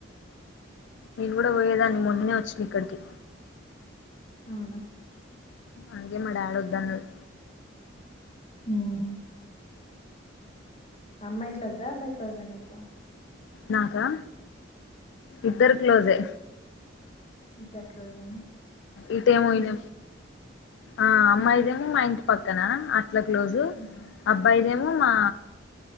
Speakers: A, on the left; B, on the left.
A: నేను కూడా పోయేదాన్ని మొన్ననే వచ్చింది ఇక్కడికి
B: అవునా
A: అఘ మడాడ్ వద్దు అన్నడు
B: ఉమ్ అమ్మాయి క్లోజా అబ్బాయి క్లోజా నీకు
A: నాకా ఇద్దరు క్లోజే
B: ఇద్దరు క్లోజ్ అయినా
A: ఇట ఏమయినా ఆ అమ్మాయిదేమి మా ఇంటి పక్కన అ ఇట్లా క్లోజు
B: ఉమ్.
A: అబ్బాయిదేమో మా